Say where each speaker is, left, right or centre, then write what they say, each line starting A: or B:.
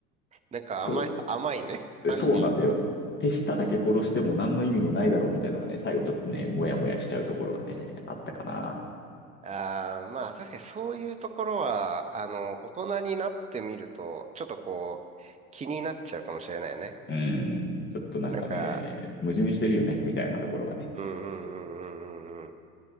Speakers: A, on the right (about 15°); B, on the left (about 25°).
A: なんか甘い、
B: そう、
A: 甘いね。
B: えそうなんだよ。
A: 犯人。
B: 手下だけ殺しても何の意味もないだろうみたいなのがね、最後ちょっとね、もやもやしちゃうところがね、あったかな。
A: ああ、まあ確かにそういうところは、あの、大人になってみると、ちょっとこう、気になっちゃうかもしれないよね。
B: うん、ちょっとなんかね、
A: なんか、
B: 矛盾してるよね、みたいなところがね。
A: うんうんうんうんうんうん。い